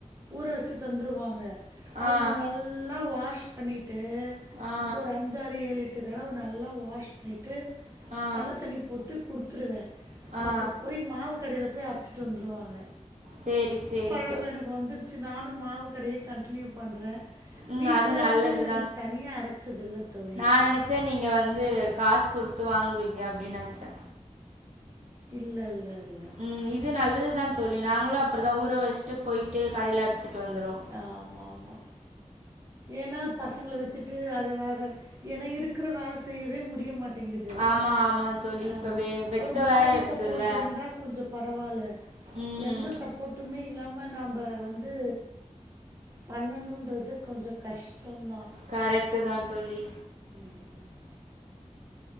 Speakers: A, on the right; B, on the right.
A: ஊற வச்சு தந்துடுவாங்க அத
B: ஆ,
A: நா நல்லா வாஷ் பண்ணிட் டு
B: ஆ,
A: ஒரு அஞ்சாறு ஏழு எட்டு தடவ நல்லா வாஷ் பண்ணிட்டு
B: ஆ,
A: நல்ல தண்ணி போட்டு குடுத்துருவே
B: ஆ.
A: அப்ப போய் மாவு கடைல போய் அரைச்சிட்டு வந்துருவாங்க
B: சேரி சேரி
A: அப்ப எனக்கு வந்துருச்சி நானு மாவு கடையே கன்டினியூ பண்ற
B: ம்.
A: வீட்லன்னு
B: அது நல்லது
A: தனியா அரச்சதில்ல தோழி
B: நா நெனைச்சே நீங்க வந்து காசு குடுத்து வாங்குவீங்க அப்டின் நென்ச்ச
A: இல்ல இல்ல இல்ல
B: ம் இது நல்லது தா தோழி நாங்களு அப்டி தா ஊர வச்சுட்டு போய்ட்டு கடையில அரச்சிட்டு வந்துருவோ
A: ஆமாமா ஏனா பசங்கள வச்சிட்டு அத வேற ஏனா இருக் க்குற வேல செய்யவே முடிய மாட்டேங்கிது
B: ஆமா, ஆமா தோழி.
A: ஆமா
B: இப்ப வெ வெக்க
A: ஒரு மாரல்
B: வேற இருக்குல்ல.
A: சப்போட்ருந்தா கொஞ்சோ பரவால்ல
B: ம்.
A: எந்த சப்போட்டுமே இல்லாம நம்ப வந்து பண்ணனுன்றது கொஞ்ச கஷ்டோதா
B: கரெக்டு தா தோழி
A: ம் ம்